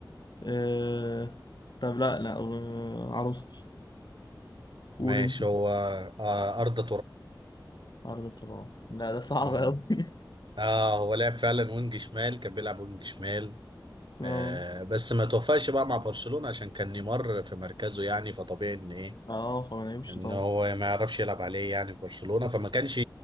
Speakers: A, on the left (about 60°); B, on the right (about 75°).
A: أه... طب لا لا أه... عروستي قول
B: ماشي
A: أنت
B: هو آه أرض
A: عرض الطلاق لا ده صعب
B: تراب
A: أوي <laughs>
B: اه هو لعب فعلا وينج شمال كان بيلعب وينج شمال
A: أه
B: آه بس ما توفقش بقى مع برشلونة عشان كان نيمار في مركزه يعني فطبيعي ان ايه
A: أه فما نعيبش
B: ان
A: طبعا
B: هو ما يعرفش يلعب عليه يعني في برشلونة فما كانش